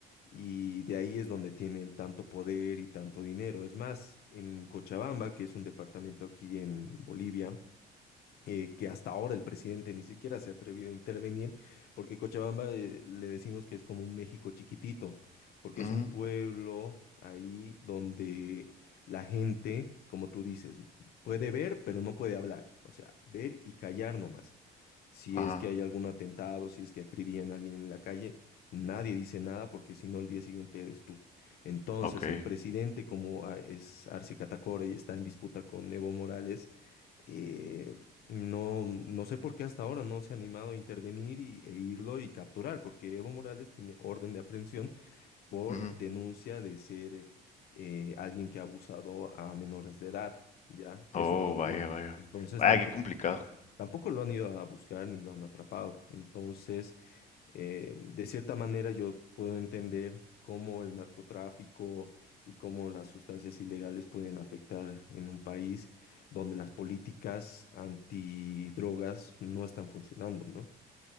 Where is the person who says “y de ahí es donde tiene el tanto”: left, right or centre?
Left